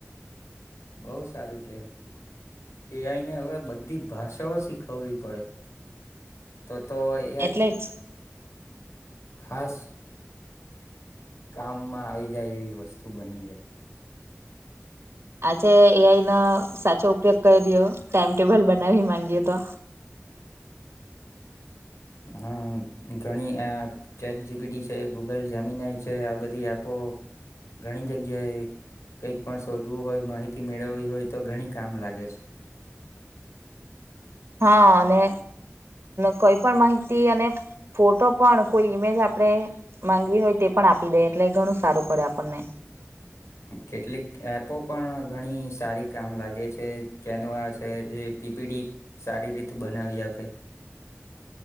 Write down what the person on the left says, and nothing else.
બહ સારું કેવાય એ આઈને હવે બધી ભાષાઓ શીખવવી પડે તો તો એ
ખાસ કામમાં આવી જાય એવી વસ્તુ બની જાય
હા ઘણી એ ચેટ જીપીડી છે ગૂગલ જમીનય છે આ બધી એપો ઘણી જગ્યાએ કઈક પણ શોધવું હોય માહિતી મેળવવી હોય તો ઘણી કામ લાગે છે
<inaudible> કેટલીક એપો પણ ઘણી સારી કામ લાગે છે કેનવા છે જે પીપીડી સારી રીતે બનાવી આપે